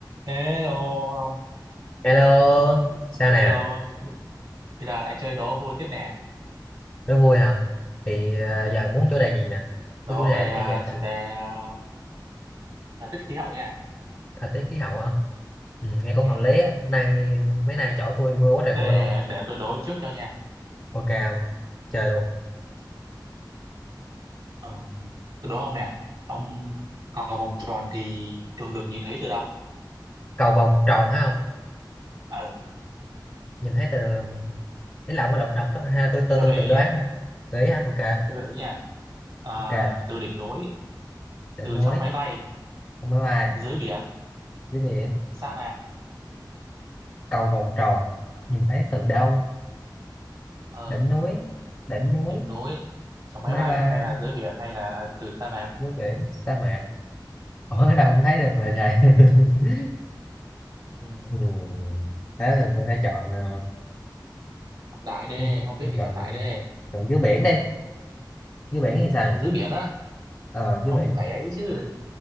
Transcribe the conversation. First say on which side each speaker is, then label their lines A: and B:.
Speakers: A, on the right (about 70°); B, on the left (about 25°).
A: Hello ông,
B: Hello,
A: Ừ,
B: sao nè,
A: hello, bây giờ lại chơi đố vui tiếp nè.
B: đố vui hả? Thì à,
A: Ừ.
B: giờ muốn chủ đề gì nè?
A: Đố
B: Có chủ đề
A: về
B: để
A: à,
B: cho dễ chơi.
A: chủ đề à, thời tiết khí hậu nha.
B: Thời tiết khí hậu hả? Ừ, nghe cũng
A: Ừ.
B: hợp lý á. Nay mấy nay chỗ tôi mưa quá trời
A: Thế
B: mưa
A: để
B: luôn.
A: để tôi đố trước cho nha.
B: Ok không? Chơi luôn.
A: Ờ, tôi đố ông nè. Ông cầu vòng tròn thì thường được nhìn thấy từ đâu?
B: Cầu vồng tròn thấy không?
A: Ừ.
B: Nhìn thấy từ ý là ông có đọc đọc đó. ha, tôi tôi
A: Tôi
B: tôi
A: gợi
B: tự
A: ý
B: đoán.
A: nha.
B: ha. Đấy, á, ok.
A: Tôi gợi ý nha. À,
B: Ok,
A: từ đỉnh núi,
B: đỉnh
A: từ
B: núi,
A: trong máy bay,
B: không máy bay,
A: dưới biển,
B: dưới biển,
A: sa mạc.
B: cầu vồng tròn. Nhìn thấy từ đâu?
A: Ờ,
B: Đỉnh núi, đỉnh núi,
A: đỉnh núi, trong máy
B: máy
A: bay
B: bay,
A: hay là dưới biển hay là từ sa mạc.
B: dưới biển, sa mạc. Ủa, ở đâu cũng thấy được mà trời. <laughs>
A: Ừ.
B: Ừ. Thế thì tôi phải chọn ờ,
A: Chọn Đại đê,
B: đi
A: không biết
B: tôi
A: thì
B: chọn
A: chọn đại đê.
B: chọn dưới biển đi dưới biển thì sao nhỉ
A: Dưới biển á.
B: ờ dưới
A: ông
B: biển
A: phải ấy chứ